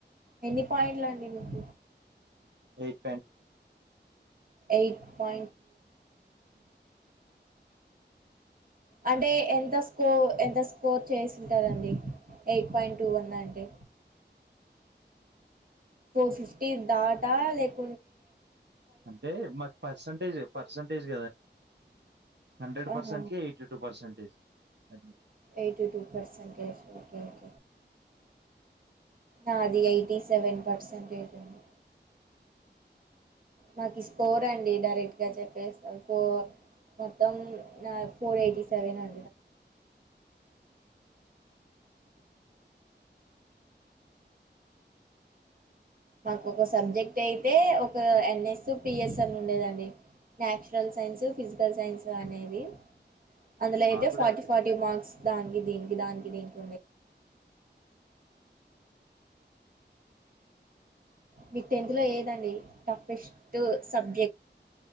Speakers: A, on the right (about 50°); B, on the right (about 70°).
A: ఎన్ని పాయింట్లండి మీకు
B: ఎయిట్ ప్యాంటూ అన్
A: eight point two one
B: um
A: అంటే ఎంతొస్ ఫో ఎంత స్కోర్ చేసింటరండి ఎయిట్ పాయింట్ టూ వన్ అంటే ఫోర్ ఫిఫ్టీన్ దాటా లేక్ కుంటే
B: అంటే మాక్ పర్సంటేజే పర్సంటేజ్ కదండి హండ్రెడ్
A: హాహ
B: పర్సెంట్ కి ఎయిటీ టూ పర్సెంటేజ్ అట్లా
A: eighty two percentage okay okay నాది ఎయిటీ సెవెన్ పర్సెంటేజ్ అండి మాకి స్కోర్ అండి డైరెక్ట్గా చెప్పేస్తా ఫో మొత్తం నా ఫోర్ ఎయిటీ సెవెన్ అండి నాకైతే మాకు ఒక సబ్జెక్ట్ అయితే ఒక ఎన్ఎస్, పిఎస్ అని ఉండేదండి న్యాచురల్ సైన్స్, ఫిజికల్ సైన్స్ అనేది అందులో
B: మాకు
A: ఐతే
B: కూడా
A: ఫార్టీ
B: అంతే
A: ఫార్టీ మార్క్స్ దానికి దీనికి దానికి దీనికి ఉందిగ
B: మ్
A: మీక్ టెన్త్ లో ఏదండి టఫెస్ట్ సబ్జెక్ట్